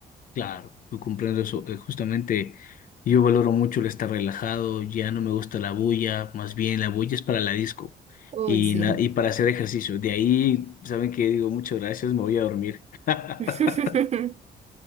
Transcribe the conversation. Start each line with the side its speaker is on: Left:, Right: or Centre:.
Left: Claro, yo comprendo eso. Eh, Justamente yo valoro mucho el estar relajado, ya no me gusta la bulla, más bien la bulla es para la disco
Right: Uy,
Left: y,
Right: sí.
Left: na- y para hacer ejercicio. De ahí, ¿saben qué? Digo, muchas gracias, me voy a dormir.
Right: <laughs>
Left: <laughs>